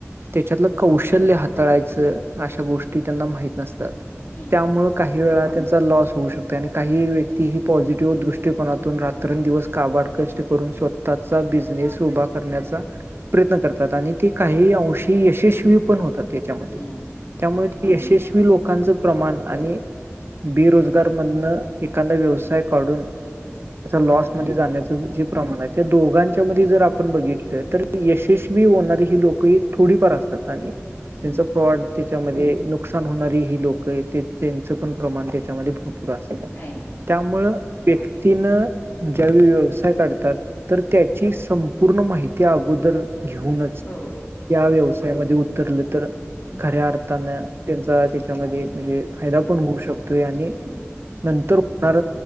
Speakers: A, on the right; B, on the left.
A: त्याच्यातलं कौशल्य हाताळायचं अशा. गोष्टी माहीत नसतात
B: हम्म
A: त्यामुळे काही वेळा त्यांचा लॉस. होऊ शकते आणि काही व्यक्ती ही पॉझिटिव्ह दृष्टकोनातून रात्र दिवस काबाड कष्ट व्यक्ती करून स्वतःचा बिजनेस उभा करण्याचा. प्रयत्न करतात आणि ते काही अंशी यशस्वी पण होतात त्याच्यामध्ये
B: हम्म
A: त्यामुळे ते. यशस्वी लोकांचं प्रमाण आणि बेरोजगार मधनं. एखादा व्यवसाय काढून
B: हम्म
A: लॉस
B: हम्म
A: जाण्याच जे प्रमाण आहे त्या दोघांच्या मधे जर आपल बघितलं तर. यशस्वी होणारे ही लोक एक थोडीफार असतात आणि
B: हम्म
A: त्यांच फ्रॉड त्याच्यामध्ये नुकसान होणारी ही लोकं हे त्यांच पण प्रमाण त्याच्यामध्ये भरपूर असते.
B: नाही
A: त्यामुळ व्यक्तीन ज्यावेळी व्यवसाय काढतात तर त्याची संपूर्ण माहिती अगोदर. घेऊनच
B: हो
A: या उतरलं तर
B: हम्म
A: खऱ्या अर्थानं. त्यांचा त्याच्यामध्ये
B: हम्म
A: म्हणजे फायदा पण होऊ शकतोय आणि
B: हम्म
A: नंतर. णार